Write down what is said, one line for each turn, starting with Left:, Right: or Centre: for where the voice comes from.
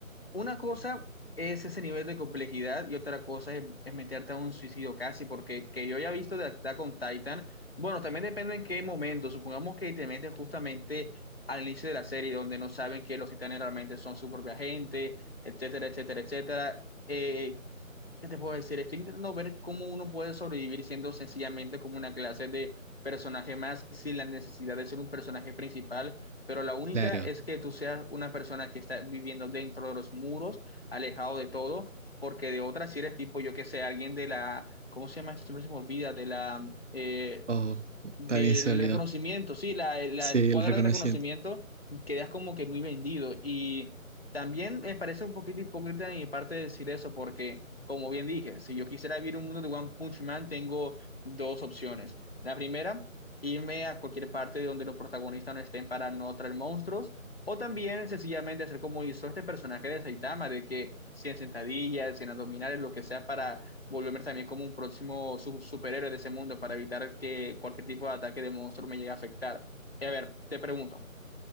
Left: una cosa es ese nivel de complejidad y otra cosa es, es meterte a un suicidio casi, porque que yo ya he visto de Attack con Titan, bueno, también depende en qué momento, supongamos que te metes justamente al inicio de la serie donde no saben que los titanes realmente son su propia gente, etcétera, etcétera, etcétera. Eh, ¿Qué te puedo decir? Estoy intentando ver cómo uno puede sobrevivir siendo sencillamente como una clase de personaje más sin la necesidad de ser un personaje principal, pero la única
Right: claro.
Left: es que tú seas una persona que está viviendo dentro de los muros, alejado de todo, porque de otras si eres tipo, yo que sé, alguien de la, ¿cómo se llama esto? Siempre se me olvida, de la eh,
Right: Oh,
Left: del
Right: también se olvidó.
Left: reconocimiento, sí, la, la
Right: Sí,
Left: escuadra
Right: el reconocimiento.
Left: de reconocimiento, quedas como que muy vendido. Y también me parece un poquito hipócrita de mi parte decir eso, porque, como bien dije, si yo quisiera vivir un mundo de One Punch Man, tengo dos opciones. La primera, irme a cualquier parte de donde los protagonistas no estén para no traer monstruos. O también sencillamente hacer como hizo este personaje de Saitama, de que 100 sentadillas, 100 abdominales, lo que sea para volverme también como un próximo su- superhéroe de ese mundo para evitar que cualquier tipo de ataque de monstruo me llegue a afectar. Y a ver, te pregunto,